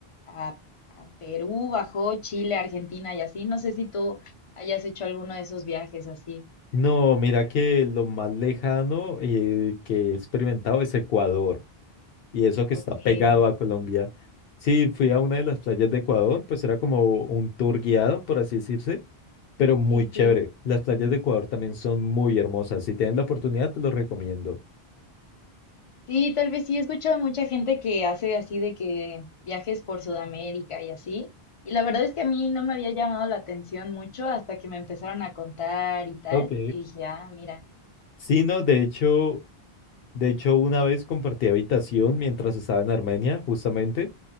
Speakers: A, on the left; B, on the left.
A: a- a Perú, bajó Chile, Argentina y así. No sé si tú hayas hecho alguno de esos viajes así.
B: No, mira que lo más lejano eh, que he experimentado es Ecuador. y eso que está
A: Ok,
B: pegado
A: sí,
B: a Colombia. Sí, fui a una de las playas de Ecuador, pues era como un tour guiado, por así decirse, pero muy
A: sí.
B: chévere. Las playas de Ecuador también son muy hermosas. Si tienen la oportunidad, te los recomiendo.
A: Sí, tal vez sí, he escuchado mucha gente que hace así de que viajes por Sudamérica y así. Y la verdad es que a mí no me había llamado la atención mucho hasta que me empezaron a contar y tal.
B: Ok.
A: Y dije, ah, mira,
B: Sí, no, de hecho, de hecho una vez compartí habitación mientras estaba en Armenia, justamente.